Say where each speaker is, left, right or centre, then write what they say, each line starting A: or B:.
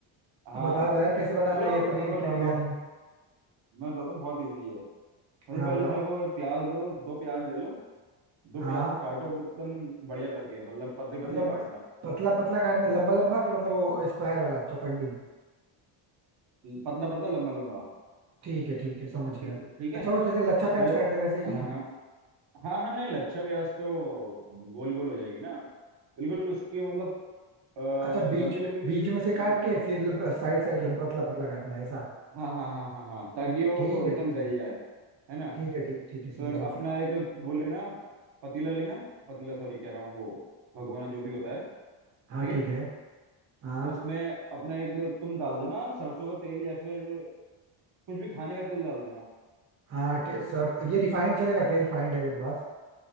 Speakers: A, on the right; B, on the right.
A: हाँ
B: तो बता दो यार कैसे बनाना
A: चलो
B: है ये पनीर
A: मैं बताता
B: की बिरयानी
A: हूँ मैं बताता हूँ बहुत ईजी है सबसे
B: हाँ
A: पहले
B: बताओ
A: देखो प्याज लो दो प्याज ले लो दो
B: हाँ
A: प्याज को काटो अब एकदम बढ़िया करके मतलब पतली
B: मतलब
A: पतली काटना
B: पतला पतला काटना लंबा लंबा के मतलब वो स्क्वायर वाला चौकंडी
A: पतला पतला लंबा लंबा
B: ठीक है ठीक है समझ गया
A: ठीक ठीक है
B: अच्छा वो जैसे लच्छा प्याज
A: फिर
B: काटते हैं वैसे ही
A: हाँ हाँ हाँ हाँ नहीं लच्छा प्याज तो गोल गोल हो जाएगी ना बिल्कुल उसकी मतलब अ,
B: अच्छा
A: लंबी
B: बीच
A: लंबी बिल्कुल
B: बीच में से काट
A: ए,
B: के फिर साइड साइड लंबा पतला पतला काटना है ऐसा
A: हाँ हाँ हाँ हाँ हाँ हाँ ताकि वो
B: ठीक
A: एकदम
B: है ठीक
A: गल
B: है
A: जाए है ना
B: ठीक है ठीक है ठीक है समझ
A: फिर अपना
B: गया फिर
A: एक वो लेना पतीला लेना पतीला सॉरी कह रहा हूँ वो भगोना जो भी होता है ठीक
B: हाँ ठीक
A: है
B: है हाँ
A: उसमें अपना एक तुम डाल देना सरसों का तेल या फिर कुछ भी खाने का तेल डाल देना
B: हाँ टे- सर ये रिफाइंड चलेगा क्या रिफाइंड है मेरे पास